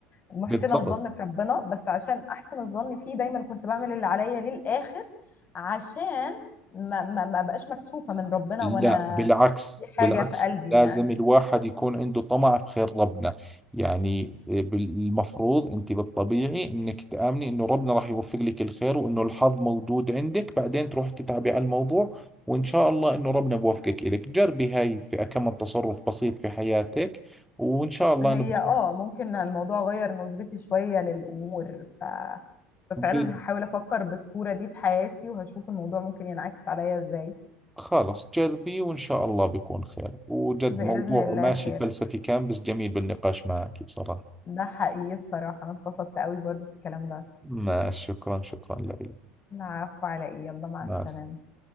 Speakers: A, on the left (about 35°); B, in the centre.
A: محسنه
B: بالضبط
A: الظن في ربنا بس عشان احسن الظن فيه دايما كنت بعمل اللي عليا للاخر عشان ما ما ما بقاش مكسوفه من ربنا
B: لا
A: وانا
B: بالعكس
A: في حاجه
B: بالعكس
A: في قلبي
B: لازم
A: يعني
B: الواحد يكون عنده طمع في خير ربنا يعني آه، بالمفروض انت بالطبيعي انك تآمني انه ربنا راح يوفق لك الخير وانه الحظ موجود عندك بعدين تروح تتعبي على الموضوع وان شاء الله انه ربنا بوفقك إلك جربي هاي في كم تصرف بسيط في حياتك وان شاء الله
A: هي
B: انه بت-
A: اه ممكن الموضوع غير نظرتي شويه للامور ف ففعلا
B: ب-
A: هحاول افكر بالصوره دي في حياتي وهشوف الموضوع ممكن ينعكس عليا ازاي
B: خلص جربي وان شاء الله بيكون خير وجد
A: باذن
B: موضوع
A: الله
B: ماشي
A: خير
B: فلسفي كان بس جميل بالنقاش معك بصراحة
A: ده حقيقي الصراحه انا اتبسطت قوي برضو في الكلام ده
B: ماشي شكرا شكرا لك
A: العفو على ايه يلا مع
B: مع
A: السلامه
B: السلامة